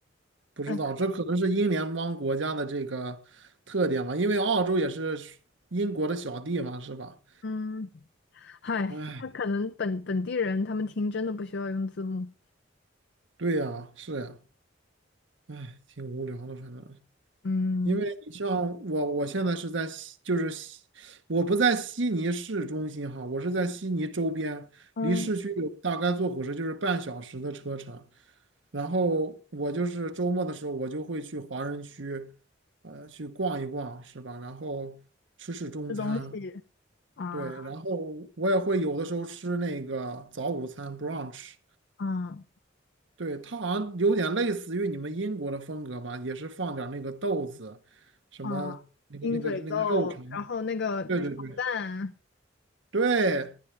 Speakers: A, on the right; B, on the left.
A: 不知道，
B: 哎，
A: 这可能是英联邦国家的这个特点吧，因为澳洲也是英国的小弟嘛，是吧？
B: 嗯，嗨，
A: 哎，
B: 他可能本本地人他们听真的不需要用字幕。
A: 对呀，是呀，哎，挺无聊的，反正，
B: 嗯
A: 因为你像我，我现在是在悉，就是悉，我不在悉尼市中心哈，我是在悉尼周边，
B: 嗯，
A: 离市区有大概坐火车就是半小时的车程，然后我就是周末的时候，我就会去华人区，呃，去逛一逛，是吧？然后吃吃中餐。
B: 吃东西啊
A: 对，然后我也会有的时候吃那个早午餐 brunch，
B: 啊
A: 对，它好像有点类似于你们英国的风格吧，也是放点儿那个豆子，什么那个那个那个肉肠，
B: 啊，鹰嘴豆，然后那个炒蛋，
A: 对对对对，